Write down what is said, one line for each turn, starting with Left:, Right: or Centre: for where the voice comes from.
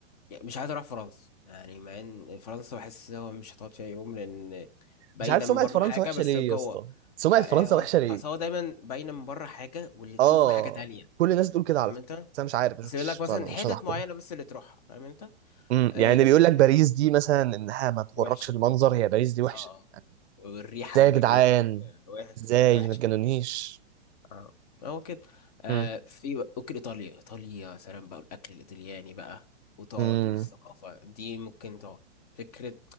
Left: يعني مش عايز أروح فرنسا يعني مع إن فرنسا بحس إن هو مش هتقعد فيها يوم لأن باينة
Right: مش عارف سمعه
Left: من بره
Right: فرنسا
Left: حاجة
Right: وحشه
Left: بس
Right: ليه
Left: جوه
Right: يا اسطى سمعه
Left: آه، آه،
Right: فرنسا وحشه
Left: أص-
Right: ليه
Left: أصل هو دايما باينة من بره حاجة واللي
Right: اه
Left: تشوفه حاجة تانية
Right: كل الناس بتقول كده
Left: فاهم
Right: على فكره
Left: أنت؟
Right: بس انا مش عارف ما
Left: بس
Right: شفتش
Left: يقول لك مثلا
Right: بصراحه
Left: حتت
Right: مش هحكم
Left: معينة بس اللي تروحها فاهم أنت؟
Right: امم
Left: آه
Right: يعني اللي بيقول لك باريس دي مثلا انها ما تغركش
Left: وحشة
Right: المنظر هي باريس دي وحشه
Left: اه
Right: يعني
Left: والريحة
Right: ازاي يا
Left: هناك
Right: جدعان
Left: بيقول لك آه، وح-
Right: ازاي
Left: وحشة
Right: ما تجنونيش
Left: اه هو كده آه
Right: امم
Left: في بقى- ممكن ايطاليا ايطاليا يا سلام بقى الاكل الايطالياني بقى وتقعد
Right: امم
Left: والثقافه دي ممكن تقعد فكره